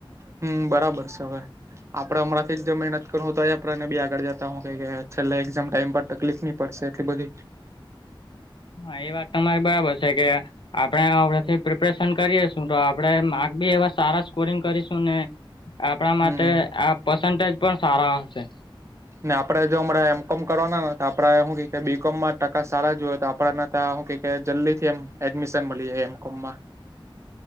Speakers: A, on the right; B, on the left.
A: હમ્મ બરાબર છે. આપડે હમણાંથી જ જો મહેનત કરું હો તો આપને બી આગળ જતા હુ છેલ્લા એક્ઝામ ટાઈમ પર તકલીફની પડશે એટલી બધી
B: હા એ વાત તમારી બરાબર છે કે આપડેથી પ્રિપરેશન કરીએસું તો આપણે માર્ક બી એવા સારા સ્કોરિંગ કરીશું. ને આપણા માટે
A: હમ
B: આ પસન્ટેજ પણ સારા હશે.
A: ને આપડે જો હમણાં એમ કોમ કરવાના ને તો આપડે હું અમ કે બી કોમ માં ટકા સારા જુયએ તો આપડને હું ક કે જલ્દી થી એમ એડમિશન મળી જાય એમ કોમમાં